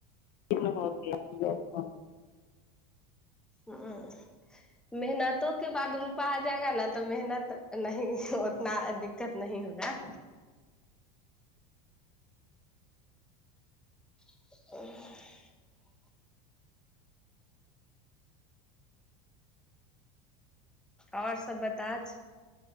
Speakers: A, on the left; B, in the centre.
A: दिन हो गया ओ।
B: हूँ मेहनतो के बाद रुपा आ जाएगा ने तऽ मेहनत नहि उतना दिक्कत नहीं होगा ह <inaudible> आओर सब बताछ